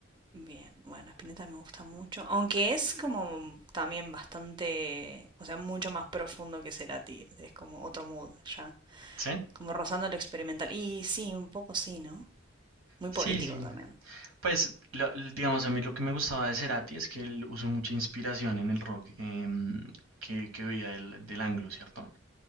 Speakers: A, on the right; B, on the right.
A: Bien, bueno, Spinetta me gusta mucho, aunque es como también bastante, o sea, mucho más profundo que Cerati, es como otro mood ya,
B: ¿Sí?
A: como rozando lo experimental. Y sí, un poco sí, ¿no? Muy
B: Sí,
A: poético
B: sí.
A: también.
B: Pues, lo- l- digamos, a mí lo que me gustaba de Cerati es que él usó mucha inspiración en el rock em, que, que veía del, del anglo, ¿cierto?